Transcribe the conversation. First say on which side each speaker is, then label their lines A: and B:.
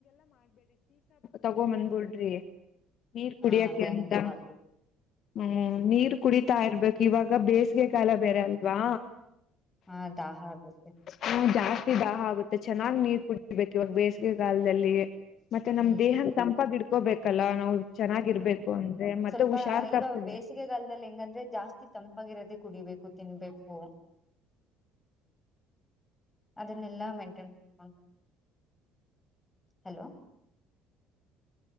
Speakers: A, on the left; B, on the left.
A: ತಗೋ ಬಂದಬಿಡ್ರಿ ನೀರ್ ಕುಡಿಯಕ
B: ಹಾ ಅದೇ
A: ಅಂತ
B: ಹಂಗೆ ಮಾಡ್ಬೇಕು
A: ಹ್ಮ್ ನೀರ್ ಕುಡಿತಾ ಇರ್ಬೇಕು ಇವಾಗ ಬೇಸಿಗೆ ಕಾಲ ಬೇರೆ ಅಲ್ವಾ
B: ಹಾ ದಾಹ ಆಗುತ್ತೆ
A: ಹ್ಮ ಜಾಸ್ತಿ ದಾಹ ಆಗುತ್ತೆ ಚೆನ್ನಾಗ್ ನೀರ್ ಕುಡರ್ಬೇಕು ಇವಾಗ ಬೇಸಿಗೆ ಕಾಲದಲ್ಲಿ ಮತ್ತೆ ನಮ್
B: ಹ್ಮ್
A: ದೇಹನ ತಂಪಾಗಿ ಇಡ್ಕೋಬೇಕಲ್ಲ ನಾವು ಚೆನ್ನಾಗಿರ್ಬೇಕು
B: ಹಾ
A: ಅಂದ್ರೆ ಮತ್ತೆ
B: ಸ್ವಲ್ಪ
A: ಹುಷಾರ್
B: ಈಗ
A: ತಪ್ತದೆ
B: ಬೇಸಿಗೆಗಾಲದಲ್ಲಿ ಹೆಂಗಂದ್ರೆ ಜಾಸ್ತಿ ತಂಪಾಗಿರತ್ತೆ ಕುಡಿಬೇಕು ತಿನ್ಬೇಕು ಅದನ್ನೆಲ್ಲಾ ಮೈನ್ಟನ್ ಮಾಡ hello